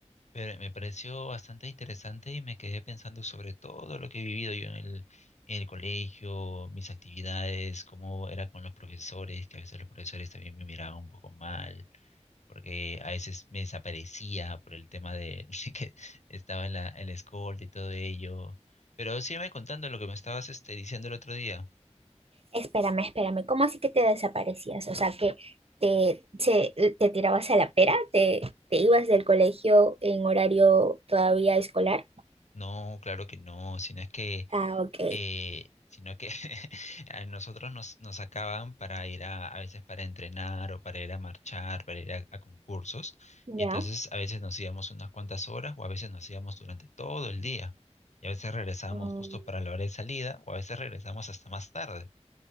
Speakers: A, on the left; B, on the right.
A: eh, me pareció bastante interesante y me quedé pensando sobre todo lo que he vivido yo en el, en el colegio, mis actividades, cómo era con los profesores, que a veces los profesores también me miraban un poco mal porque a veces me desaparecía por el tema de <laughs> que estaba en la, en la escolta y todo ello. Pero sígueme contando lo que me estabas este, diciendo el otro día.
B: Espérame, espérame, ¿cómo así que te desaparecías? O sea, que te, se- te tirabas a la pera, te, te ibas del colegio en horario todavía escolar.
A: No, claro que no, sino es que,
B: Ah, ok,
A: eh, sino que <laughs> a nosotros nos, nos sacaban para ir a, a veces para entrenar o para ir a marchar, para ir a, a concursos.
B: ya.
A: Y entonces a veces nos íbamos unas cuantas horas o a veces nos íbamos durante todo el día. Y a veces regresábamos
B: Mm,
A: justo para la hora de salida o a veces regresábamos hasta más tarde.